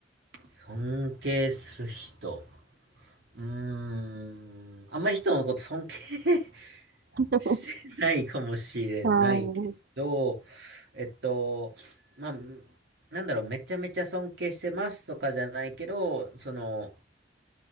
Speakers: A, on the right (about 75°); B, on the right (about 60°).
A: 尊敬する人。うーん、あんまり人のこと尊敬
B: <laughs>
A: してないかもしれないけど、
B: ああ、あ
A: えっと、まあ、なんだろう、めちゃめちゃ尊敬してますとかじゃないけど、その、